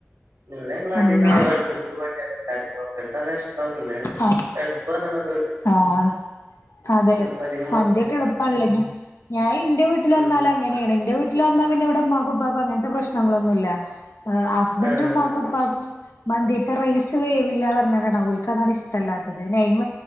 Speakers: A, on the right; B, on the left.
A: ഇവിടെ ഞങ്ങൾ അധികം
B: അങ്ങനെ
A: എളുപ്പത്തേക്ക് മന്തി അതാ ഉണ്ടാക്കുക. മകൾക്ക് അതാ ഇഷ്ടം. പിന്നെ
B: ആഹ്
A: <unintelligible>
B: ആഹ അതെ
A: അപ്പൊ അധികം
B: മന്തിയൊക്കെ
A: മന്തിയാ ഇണ്ടാക്ക.
B: എളുപ്പള്ള ന്നെയാ ഞാൻ ഇന്റെ വീട്ടിൽ
A: ഉം
B: വന്നാലെ അങ്ങനെണ് ഇന്റെ വീട്ടിൽ വന്നാൽ പിന്നെ ഇവടെ ഉമ്മാക്കും ഉപ്പാക്കും അങ്ങനത്തെ പ്രശ്നങ്ങളൊന്നുല്യ ഹസ് ഹസ്ബൻഡും
A: ആഹ്
B: ഉമ്മാക്കും ഉപ്പാക്കും മന്തിത്തെ റൈസ് വേവില്ലറാ ഞ്ഞാണ്ടാണ് ഓൽക്ക് അതാണ് ഇഷ്ടല്യത്തത് നെയിം